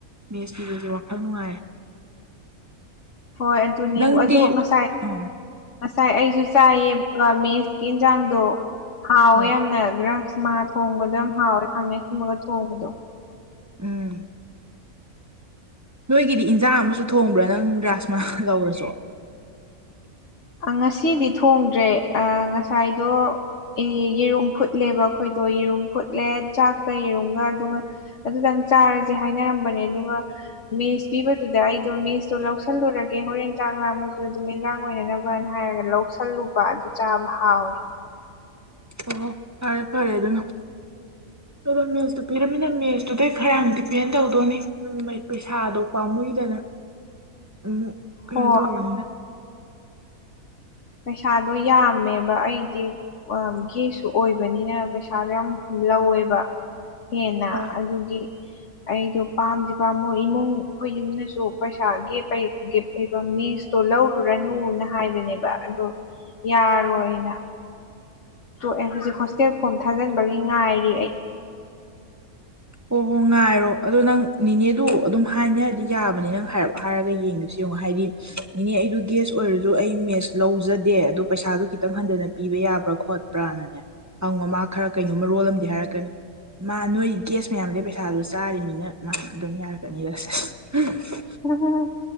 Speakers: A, on the right; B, on the left.
A: ꯃꯦꯁ ꯄꯤꯕꯁꯦ ꯋꯥꯈꯜ ꯅꯨꯡꯉꯥꯏ
B: ꯍꯣꯏ ꯑꯗꯨꯅꯦ
A: ꯅꯪꯗꯤ
B: ꯑꯗꯣ ꯉꯁꯥꯏ
A: ꯎꯝ
B: ꯉꯁꯥꯏ ꯑꯩꯁꯨ ꯆꯥꯏꯌꯦꯕ ꯃꯦꯁꯀꯤ ꯌꯦꯟꯁꯥꯡꯗꯣ ꯍꯥꯎꯋꯦ
A: ꯎꯝ
B: ꯌꯥꯝꯅ ꯭ꯔ ꯉꯥ ꯊꯣꯡꯕꯗꯣ ꯌꯥꯝ ꯍꯥꯎꯋꯦ ꯈꯝꯃꯦ ꯁꯤꯃꯒ ꯊꯣꯡꯕꯗꯣ
A: ꯎꯝ ꯅꯣꯏꯒꯤꯗꯤ ꯏꯟꯖꯥꯡ ꯑꯃꯁꯨ ꯊꯣꯡꯕ꯭ꯔꯥ ꯅꯪ ꯒ꯭ꯔꯥꯁꯃ ꯀꯧꯔꯁꯨ
B: ꯉꯁꯤꯗꯤ ꯊꯣꯡꯗ꯭ꯔꯦ ꯉꯁꯥꯏꯗꯣ ꯌꯦꯔꯨꯝ ꯐꯨꯠꯂꯦꯕ ꯑꯩꯈꯣꯏꯗꯣ ꯌꯦꯔꯨꯝ ꯐꯨꯠꯂꯦ ꯆꯥꯛꯀ ꯌꯦꯔꯨꯝꯒ ꯑꯗꯨꯒ ꯑꯗꯨꯗꯪ ꯆꯥꯔꯁꯦ ꯍꯥꯏꯅꯔꯝꯕꯅꯦ ꯑꯗꯨꯒ ꯃꯦꯁ ꯄꯤꯕꯗꯨꯗ ꯑꯩꯗꯣ ꯃꯦꯁꯇꯣ ꯂꯧꯁꯜꯂꯨꯔꯒꯦ ꯍꯣꯔꯦꯟ ꯆꯥꯛ ꯂꯥꯝꯃꯁꯨ ꯑꯗꯨꯝ ꯑꯦꯟꯖꯥꯡ ꯑꯣꯏꯅꯅꯕ ꯍꯥꯏꯔꯒ ꯂꯧꯁꯜꯂꯨꯕ ꯑꯗꯨ ꯆꯥꯕ ꯍꯥꯎꯋꯦ
A: ꯑꯣ ꯐꯔꯦ ꯐꯔꯦ ꯑꯗꯨꯅ
B: <unintelligible>
A: ꯑꯗꯣ ꯃꯦꯁꯇꯨ ꯄꯤꯔꯝꯃꯤꯅ ꯃꯦꯁꯇꯨꯗꯩ ꯈꯔ ꯌꯥꯝ ꯗꯤꯄꯦꯟ ꯇꯧꯗꯣꯏꯅꯤ ꯑꯗꯨ ꯄꯩꯁꯥꯗꯣ ꯄꯥꯝꯃꯨꯏꯗꯅ
B: <inaudible>
A: ꯑꯃꯨꯛ ꯀꯩꯅꯣ
B: ꯍꯣꯏ
A: ꯇꯧꯕꯅꯤꯅ
B: ꯄꯩꯁꯥꯗꯣ ꯌꯥꯝꯃꯦꯕ ꯑꯩꯗꯤ ꯒꯦꯁꯁꯨ ꯑꯣꯏꯕꯅꯤꯅ ꯄꯩꯁꯥꯗꯣ ꯌꯥꯝ ꯂꯧꯋꯦꯕ ꯍꯦꯟꯅ
A: ꯍꯣꯏ
B: ꯑꯗꯨꯒꯤ ꯑꯩꯗꯣ ꯄꯥꯝꯗꯤ ꯄꯝꯃꯨ ꯏꯃꯨꯡ ꯑꯩꯈꯣꯏ ꯌꯨꯝꯅꯁꯨ ꯄꯩꯁꯥꯒꯤ ꯄꯩ ꯒꯤꯞ ꯂꯩꯕ ꯃꯦꯁꯇꯣ ꯂꯧꯔꯨꯔꯅꯨꯅ ꯍꯥꯏꯕꯅꯦꯕ ꯑꯗꯣ ꯌꯥꯔꯣꯏꯅ ꯇꯣꯛꯑꯦ ꯍꯧꯖꯤꯛ ꯍꯣꯁꯇꯦꯜ ꯐꯣꯝ ꯊꯥꯖꯤꯟꯕꯒꯤ ꯉꯥꯏꯔꯤ ꯑꯩ
A: ꯍꯣꯏ ꯍꯣꯏ ꯉꯥꯏꯔꯣ ꯑꯗꯣ ꯅꯪ ꯅꯦꯅꯦꯗꯨ ꯑꯗꯨꯝ ꯍꯥꯏꯅꯗꯤ ꯌꯥꯕꯅꯤ ꯅꯪ ꯍꯥꯏꯔꯞ ꯍꯥꯏꯔꯒ ꯌꯦꯡꯒꯦꯁꯨ ꯌꯦꯡꯉꯣ ꯍꯥꯏꯗꯤ ꯏꯅꯦ ꯑꯩꯗꯣ ꯒꯦꯁ ꯑꯣꯏꯔꯁꯨ ꯑꯩ ꯃꯦꯁ ꯂꯧꯖꯗꯦ ꯑꯗꯣ ꯄꯩꯁꯥꯗꯣ ꯈꯤꯇꯪ ꯍꯟꯊꯅ ꯄꯤꯕ ꯌꯥꯕ꯭ꯔꯥ ꯈꯣꯠ ꯄ꯭ꯔꯥꯅꯅꯦ ꯍꯪꯉꯣ ꯃꯥ ꯈꯔ ꯀꯩꯅꯣꯝ ꯃꯔꯣꯜ ꯑꯝꯗꯤ ꯍꯥꯏꯔꯛꯀꯅꯤ ꯃꯥ ꯅꯣꯏ ꯒꯦꯁ ꯃꯌꯥꯝꯗꯩ ꯄꯩꯁꯥꯗꯨ ꯆꯥꯔꯤꯅꯤꯅ ꯃꯥ ꯑꯗꯨꯝ ꯌꯥꯔꯛꯀꯅꯤ ꯑꯁ ꯑꯁ
B: ꯎꯝ